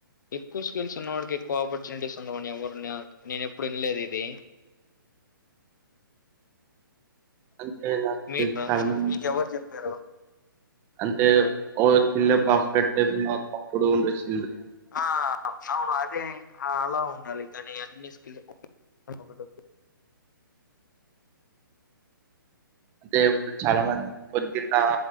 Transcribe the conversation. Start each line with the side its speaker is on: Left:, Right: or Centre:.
Left: ఎక్కువ స్కిల్స్ ఉన్నోడికి ఎక్కువ ఆపర్చునిటీస్ ఉండవని ఎవరు నా నేను ఎప్పుడు వినలేదు ఇది
Right: అంటే నాకు
Left: మీక
Right: తెలిసి చాలా మంది
Left: మీకెవరు చెప్పారు
Right: అంటే ఓ చిల్ల పర్ఫెట్ టేబుల్ అప్పుడు ఉండచ్చు
Left: ఆ అవును అదే అలావున్ వాలకని అన్ని స్కిల్స్ <inaudible>
Right: అదే
Left: అర్థమైందా
Right: ఇప్పుడు చాలా మంది పొద్దున్నా